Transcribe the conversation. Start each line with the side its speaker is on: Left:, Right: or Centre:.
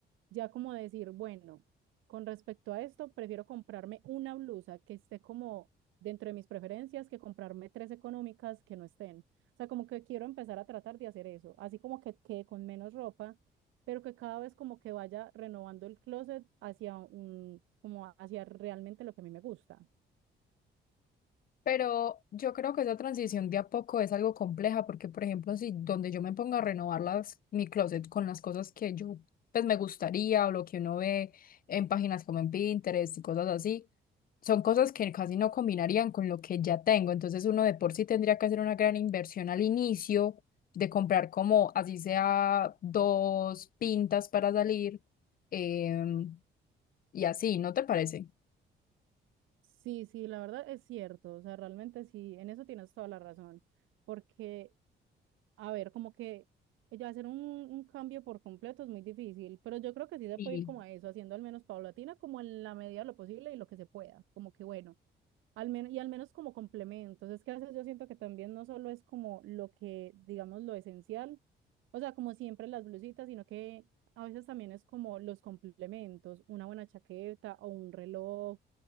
Right: ya como decir, bueno, con respecto a esto, prefiero comprarme una blusa que esté como dentro de mis preferencias que comprarme tres económicas que no estén. O sea, como que quiero empezar a tratar de hacer eso, así como que quede con menos ropa, pero que cada vez como que vaya renovando el closet hacia un, como hacia realmente lo que a mí me gusta.
Left: Pero yo creo que esa transición de a poco es algo compleja porque, por ejemplo, si donde yo me ponga a renovar las, mi closet con las cosas que yo pues me gustaría o lo que uno ve en páginas como en Pinterest y cosas así, son cosas que casi no combinarían con lo que ya tengo. Entonces uno de por sí tendría que hacer una gran inversión al inicio de comprar como así sea dos pintas para salir em, y así, ¿no te parece?
Right: Sí, sí, la verdad es cierto, o sea, realmente sí, en eso tienes toda la razón, porque A ver, como que ella hacer un, un cambio por completo es muy difícil, pero yo creo que sí se
Left: Sí.
Right: puede ir como a eso, haciendo al menos paulatina, como en la medida de lo posible y lo que se pueda, como que bueno, al menos y al menos como complementos. Es que a veces yo siento que también no solo es como lo que, digamos, lo esencial, o sea, como siempre las blusitas, sino que a veces también es como los complementos, una buena chaqueta o un reloj